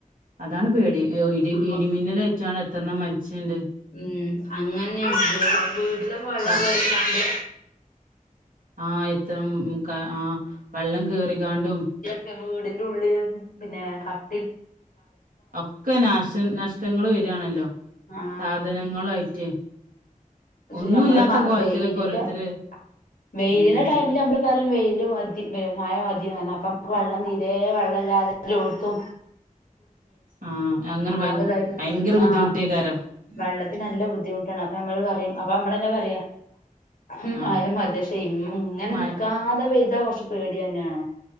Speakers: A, on the right; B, on the left.
A: അതാണ് പേടി ഇ ഇടി
B: ആഹ്
A: ഇടിമിന്നലേറ്റ്കാണ്ട് എത്രെണ്ണം മരിച്ച്ണ്ട്
B: ഉം അങ്ങന്നെ വീട്ടിലൊക്കെ വെള്ളം
A: ആ
B: കേറികാണ്ട്
A: ആഹ് എത്ര ഉം ക ആഹ് വെള്ളം കേറിക്കാണ്ടും
B: പിന്ന വീടിൻ്റെ ഉള്ളിലും പിന്നെ ക
A: ഒക്കെ നാശ നഷ്ടങ്ങള് വരുവാണല്ലൊ
B: ആ
A: കാ ധനങ്ങളു ആയിട്ട്
B: അത് ശെരി
A: ഒന്നുല്ലാത്ത
B: നമ്മള് മ
A: കോലത്തിലൊക്കെ
B: വെയിലിന്റെ
A: ഓരോരുത്തര്
B: അ വെയിലിന്റെ
A: ഉം
B: ടൈമില് നമ്മള് പറയും വെയില് മതി വെ മയ മതിന്ന് പറഞ്ഞാ അപ്പം വെള്ളം തീരേ വെള്ളല്ലാതെ എല്ലോട്ത്തു
A: ആഹ് അങ്ങനെ ഭയ
B: ആകെതായി നിക്കാണ്
A: ഭയങ്കര ബുദ്ധിമുട്ടേയ്
B: ആ
A: കാരം
B: വെള്ളത്തിന് നല്ല ബുദ്ധിമുട്ടാണ് അപ്പൊ നമ്മള് പറയും അപ്പൊ നമ്മള് തന്നെ പറയാ ഹും
A: ആഹ്
B: മയ മതി പക്ഷെ ഇം ഇങ്ങനെ
A: മഴ
B: നിക്കാതെ പെയ്താ കൊറച്ച് പേടി തന്നെയാണ്.